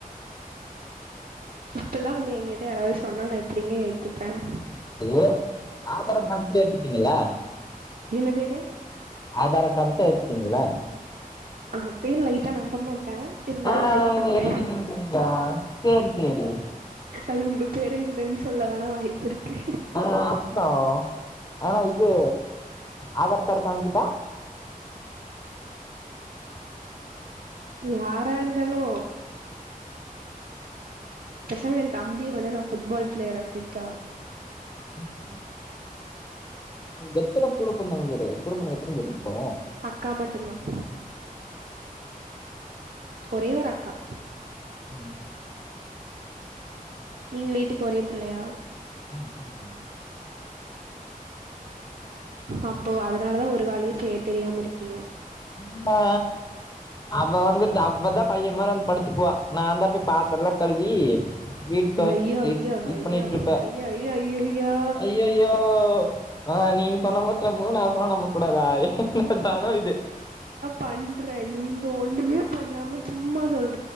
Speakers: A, on the right; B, on the left.
A: இப்பல்லா வந்து எங்கிட்ட யாராவது சொன்னா நா எப்பிடிங்க ஏத்துப்பன்
B: ஐய்யோ ஆதாரோம் காம்பிச்சா ஏத்துப்பிங்களா
A: என்னதுங்க
B: ஆதாரோ காம்ச்சா ஏத்துப்பிங்ல்ல
A: அப்பேயும் லைட்டா நம்ப மாட்டன் இருந்தாலோ
B: ஆ
A: ட்ரை பண்ற
B: என்ன எடிட்டிங்னு சொன்னீங்களா சேரி சேரி
A: அது உங்க பேரே இல்லைன்னு சொல்ல வேணா வாய்ப்பு இருக்கு
B: ஆஹ ஆமா ஆ இது ஆதார் கார்டு காமிக்கிட்டா
A: யாரா இருந்தாலோ பெசாம என் தம்பிய வென்னா வந்து நா ஃபுட்பால் ப்ளேயரா ஆக்கிட்டா
B: அம்சிவுடுங்க எத்தன கூடப் பொரநறதவங்க பேரு கூடப்பொறந்தங்க எத்தன பேர் இப்ப
A: அக்கா மட்டும் தான் ஒரே ஒரு அக்கா
B: ம்
A: நீங்க வீட்டுக்கு ஒரே பிள்ளையா
B: இல்ல அக்கா இருக்காங்க்கா
A: அப்போ அதனாலதா ஒரு வேலையு செய்ய தெரியாம இருக்கீங்க
B: அம்மா அவ வந்துட்டு அவதா பைய மாரி வந்து படுத்துக்குவா நா தா போய் பாத்தரல்லா கழுவி வீடு தொ
A: ஐயோ
B: இ
A: ஐயோ
B: இது
A: ஐயோ
B: பண்ணிட்ருப்ப
A: ஐயோ ஐயோ ஐயோ
B: ஐய்யய்யோ அ நீங்க சொன்னா மட்டு நம்பனு நா சொன்னா நம்ப கூடாதா என்னாதானோ இது
A: பண்ற நீங்க ஒண்ணுமே பண்ணாம சும்மா சொல்